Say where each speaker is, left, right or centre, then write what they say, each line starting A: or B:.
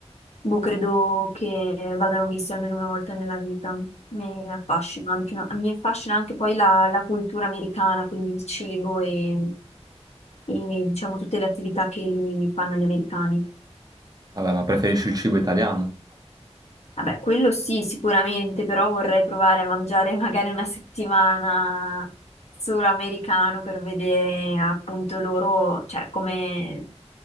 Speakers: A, on the left; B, on the right.
A: boh, credo che vadano visti almeno una volta nella vita. Mi affascina anche, no, mi affascina anche poi la, la cultura americana, quindi il cibo e, e, diciamo tutte le attività che li fanno gli americani.
B: Vabbè, ma preferisci il cibo italiano?
A: Vabbè, quello sì, sicuramente, però vorrei provare a mangiare <laughs> magari una settimana solo americano per vedere appunto loro, cioè come,